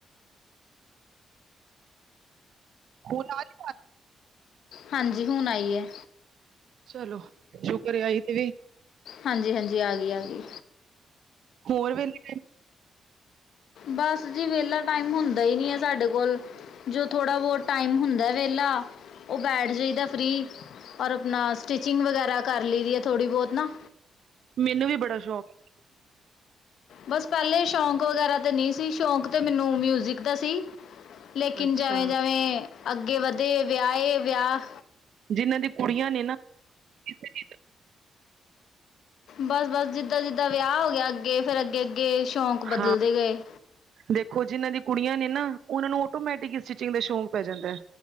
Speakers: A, on the right; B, on the left.
A: <unintelligible>
B: ਹਾਂਜੀ ਹੁਨ ਆਈ ਏ
A: ਚਲੋ ਸ਼ੁਕਰ ਆਈ ਤੇ ਵੀ
B: ਹਾਂਜੀ ਹਾਂਜੀ ਆ ਗਈ ਆ ਗਈ
A: ਹੋਰ ਵੇਲੇ ਵੇ
B: ਬਸ ਜੀ ਵਿਹਲਾ ਟਾਈਮ ਹੁੰਦਾ ਈ ਨਹੀ ਐ ਸਾਡੇ ਕੋਲ ਜੋ ਥੋੜ੍ਹਾ ਬਹੁਤ ਟਾਈਮ ਹੁੰਦਾ ਵੇਹਲਾ ਉਹ ਬੈਠ ਜਾਈਦਾ ਫਰੀ ਔਰ ਅਪਨਾ ਸਟਿਚਿੰਗ ਵਗੈਰਾ ਕਰ ਲਈ ਦੀ ਐ ਥੋੜੀ ਬਹੁਤ ਨਾ
A: ਮੈਨੂੰ ਵੀ ਬੜਾ ਸ਼ੌਕ ਏ
B: ਬਸ ਪਹਿਲੇ ਸ਼ੌਂਕ ਵਗੈਰਾ ਤੇ ਨਹੀ ਸੀ, ਸ਼ੌਂਕ ਤੇ ਮੈਨੂੰ ਮਿਊਜਿਕ ਦਾ ਸੀ ਲੇਕਿਨ
A: ਹੈ। ਅੱਛਾ
B: ਜਵੇਂ ਜਵੇਂ ਅੱਗੇ ਵਧੇ ਵਿਆਹੇ ਵਿਆਹ
A: ਜਿੰਨਾਂ ਦੀ ਕੁੜੀਆਂ ਨੇ ਨਾ <unintelligible>
B: ਬਸ-ਬਸ ਜਿੱਦਾਂ-ਜਿੱਦਾਂ ਵਿਆਹ ਹੋ ਗਿਆ। ਅੱਗੇ ਫੇਰ ਅੱਗੇ-ਅੱਗੇ ਸ਼ੌਂਕ ਬਦਲਦੇ
A: ਹਾਂ
B: ਗਏ
A: ਦੇਖੋ ਜਿਨਾਂ ਦੀ ਕੁੜੀਆਂ ਨੇ ਨਾ ਉਹਨਾਂ ਨੂੰ ਔੌਟੋਮੈਟਿਕ ਸਟਿਚਿੰਗ ਦਾ ਸ਼ੌਂਕ ਪੈ ਜਾਂਦਾ।